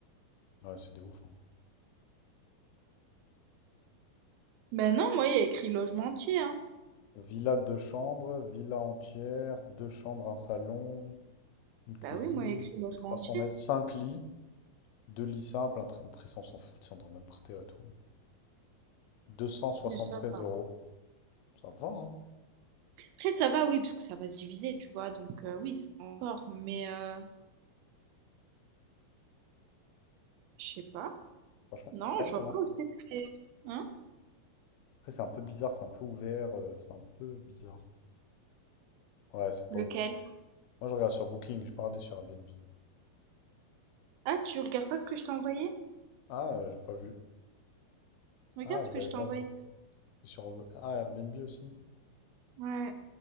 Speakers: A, on the left; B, on the right.
A: Ouais, c'est des ouf. hein.
B: Bah non, moi, il y a écrit logement entier, hein.
A: Villa deux chambres, villa entière, deux chambres, un salon, une cuisine,
B: Bah oui, moi, il y a écrit logement
A: 300
B: entier.
A: mètres, 5 lits, deux lits simples. un tra- Après, ça, on s'en fout, ça, on dort même par terre et tout. 276 euros.
B: Oui, ça.
A: Ça va, hein.
B: Après, ça va, oui, parce que ça va se diviser, tu vois. Donc, euh, oui, c'est encore. Mais, euh, je sais pas.
A: Franchement,
B: Non,
A: c'est pas
B: je
A: mal.
B: vois pas
A: hein.
B: où c'est que c'est. Hein?
A: Après, c'est un peu bizarre, c'est un peu ouvert, euh, c'est un peu bizarre. Ouais, c'est pas
B: Lequel?
A: ouf. Moi, je regarde sur Booking, je pas regardé sur Airbnb.
B: Ah, tu regardes pas ce que je t'ai envoyé?
A: Ah, euh, j'ai pas vu.
B: Regarde
A: Ah, je
B: ce que
A: l'avais
B: je
A: pas
B: t'ai envoyé.
A: vu. C'est sur euh, ah, Airbnb aussi.
B: Ouais,